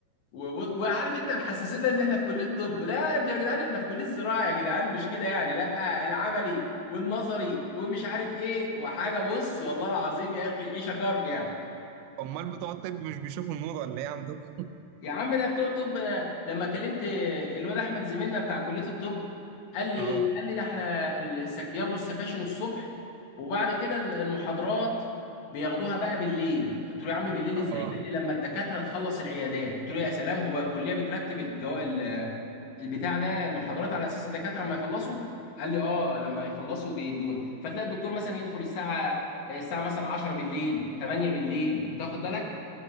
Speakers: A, on the left (about 60°); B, on the right (about 80°).
A: وبص وعارف انت محسسنا ان احنا في كليه طب لا انتوا يا جدعان احنا في كليه زراعه يا جدعان مش كده يعني لا العملي والنظري ومش عارف ايه وحاجه بص والله العظيم يا اخي عيشه كرب يعني
B: امال بتوع الطب مش بيشوفوا النور ولا ايه عندكم
A: يا عم ده بتوع طب أنا لما كلمت الواد احمد زميلنا بتاع كليه الطب قال لي
B: اه
A: ايه قال لي ده احنا السك... بياخدوا السكاشن الصبح وبعد كده المحاضرات بياخدوها بقى بالليل قلت له يا عم بالليل
B: اه
A: ازاي قال لي لما الدكاتره تخلص العيادات قلت له يا سلام هو الكليه بترتب الجو... ال- البتاع ده المحاضرات على اساس الدكاتره لما يخلصوا قال لي اه لما يخلصوا بيدون فتلاقي الدكتور مثلا يدخل الساعه الساعه مثلا 10 بالليل 8 بالليل انت واخد بالك